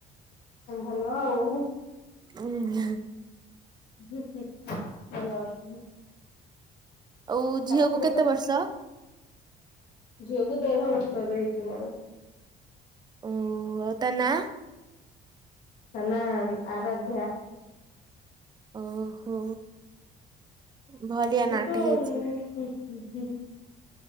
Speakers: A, on the left; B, on the right.
A: ଭଲ ଆଉ।
B: ଓହୁଁ।
A: ହୁଁ ହୁଁ ଭଲ ଅଛି।
B: ଆଉ
A: ଚାକିରି
B: ଝିଅକୁ କେତେ
A: ତ
B: ବର୍ଷ?
A: ଝିଅକୁ ଦେଢ ବର୍ଷ ଏବେ ହେଇଛି ମୋର।
B: ଓ ହଉ ତା ନା।
A: ତାନା ଆରାଧ୍ୟା।
B: ଓହୋ। ବଢିଆ
A: ସେ
B: ନାଁଟେ
A: ତ ହଁ
B: ହେଇଛି
A: ହୁଁ।